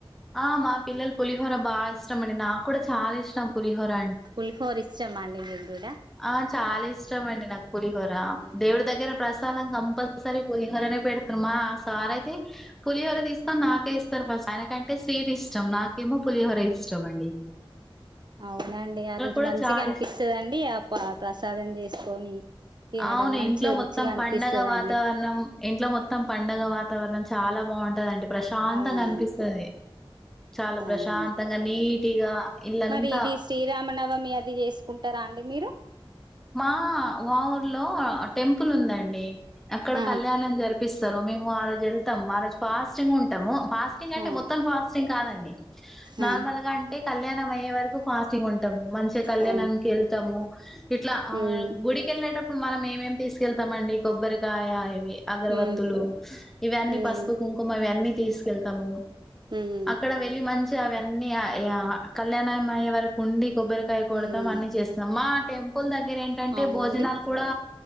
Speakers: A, in the centre; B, on the right.
A: ఆ మా పిల్లలు పులిహోర బాగిష్టం అండి నాకు కూడా చాలా ఇష్టం పులిహోర
B: పులిహోర ఇష్టమా అండి మీకు కూడా
A: ఆ చాలిష్టమండి నాకు పులిహోరా
B: ఉమ్
A: దేవుడి దగ్గర ప్రస్ సాలం కంపల్సరీ పులిహోర నే పెడుతునమా ఆ సార్ అయితే పులిహోర తీసుకొని
B: ఆ
A: నాకే ఇస్తారు ఫస్ట్ ఆయనకంటే స్వీట్ ఇష్టం నాకేమో పులిహోర ఇష్టమండి
B: అవునండి ఆ రోజు
A: కూడా
B: మంచిగా
A: చాలా
B: అనిపిస్తదండి
A: ఇష్టం
B: ఆ ప్ర ప్రసాదం చేసుకొని, తినడం
A: అవును
B: మంచిగా
A: ఇంట్లో మొత్తం
B: రుచిగా అనిపిస్తదండి
A: పండగ వాతావరణం ఇంట్లో మొత్తం పండగ వాతావరణం చాలా బాగుంటదండి ప్రశాంతంగా
B: అవునండి
A: అనిపిస్తది. చాలా
B: అవునండి
A: ప్రశాంతంగా నీటిగా ఇల్లంతా
B: మరి ఇది శ్రీరామనవమి అది చేసుకుంట రా అండి మీరు
A: మాఁ మా ఊర్లో టెంపుల్ ఉందండి! అక్కడ
B: ఆ
A: కళ్యాణం జరిపిస్తరు, మేము ఆ రోజు ఎళ్తమ్ ఆ రోజు ఫాస్టింగ్ ఉంటము. ఫాస్టింగ్ అంటే
B: ఆ
A: మొత్తం ఫాస్టింగ్ కాదండి నార్మల్గా
B: ఆ
A: అంటే కళ్యాణం అయ్యే వరకు ఫాస్టింగ్ ఉంటము. మంచిగా కళ్యాణానికి
B: ఆ
A: ఎళ్తము. ఇట్ల ఆ
B: ఉమ్
A: గుడికెళ్ళేటప్పుడు మనం ఏమేమి తీసుకెళ్తంమండి కొబ్బరికాయ ఇవి, అగరవత్తులు
B: ఉమ్
A: ఇవన్నీ
B: ఉమ్
A: పసుపు కుంకుమ ఇవన్నీ తీసుకెళ్తమూ
B: ఉమ్
A: అక్కడ వెళ్ళి మంచిగా అవన్నీ ఇగ ఇగా కళ్యాణం అయ్యే వరకు ఉండి, కొబ్బరికాయ కొడతం
B: ఉమ్
A: అన్ని చేస్తం. మా టెంపుల్ దగ్ గర ఏంటంటే
B: అవునండి
A: భోజనాలు కూడా